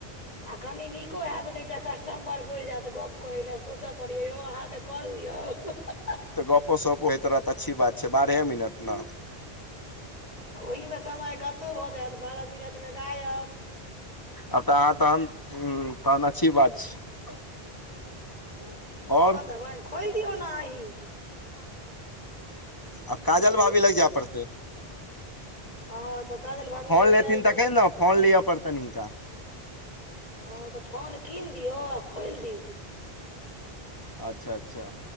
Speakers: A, on the left; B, on the left.
A: आ कनी नीको हैत ने एकटा कस्टमर बढ़ियत गप्प करय लेलए सोचय पड़ैए यौ अहाँकेँ करू यौ हँ-हँ-हँ-हँ
B: त गपो सपो होयत रहत अच्छी बात छै बारहे मिनट न
A: ओहिमे समय गतो भ जायत बारह मिनटमे गायब।
B: आब त अहाँ तहन तहन अच्छी बात छै <unintelligible> और
A: कऽ देबन खोलि दियौ ने अहीँ।
B: आब काजल
A: मल्लू
B: भाभी लगि जाय पड़तै।
A: हँ तऽ काजल भाभी
B: फोन
A: लग
B: लेथिन
A: जे ल
B: तखन
A: पड़तै तऽ
B: ने फोन लिअ पड़तै हिंंनका
A: हँ तऽ फोन कीन दियौ आ खोलि दियौ।
B: अच्छा अच्छा